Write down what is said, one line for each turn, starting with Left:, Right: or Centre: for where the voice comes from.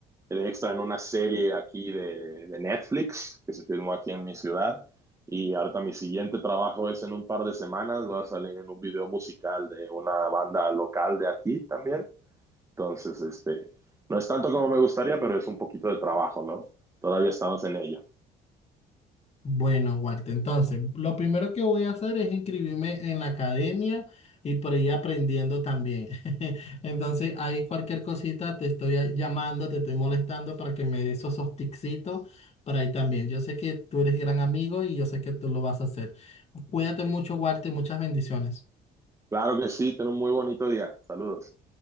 Right: de extra en una serie aquí de, de Netflix que se filmó aquí en mi ciudad. Y ahorita mi siguiente trabajo es en un par de semanas. Voy a salir en un video musical de una banda local de aquí también. Entonces, este, no es tanto como me gustaría, pero es un poquito de trabajo, ¿no? Todavía estamos en ello.
Left: Bueno, Walter, entonces, lo primero que voy a hacer es inscribirme en la academia y por ahí aprendiendo también. <laughs> Entonces, ahí cualquier cosita te estoy a- llamando, te estoy molestando para que me des esos tipsitos para ahí también. Yo sé que tú eres gran amigo y yo sé que tú lo vas a hacer. Cuídate mucho, Walter, muchas bendiciones.
Right: Claro que sí, ten un muy bonito día. Saludos.